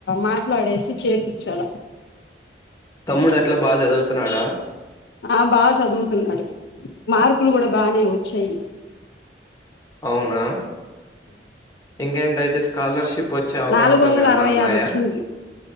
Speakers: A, on the left (about 70°); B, on the left (about 20°).
A: మాట్లాడేసి చేపిచ్చాల
B: తమ్ముడు ఎట్లా బాగా చదువుతున్నాడా
A: ఆ బాగా చదువుతున్నాడు మార్కులు కూడా బానే వచ్చాయి
B: అవునా ఇంకేంటి అయితే స్కాలర్షిప్ వచ్చే అవకాశాలు
A: నాలుగు వందల
B: ఏమన్నా
A: అరవై
B: ఉన్నాయా
A: ఆరు వచ్చింది